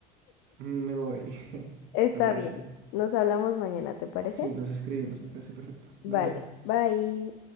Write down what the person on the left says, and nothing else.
Está
bien, nos hablamos mañana, ¿te parece?
Vale, bye.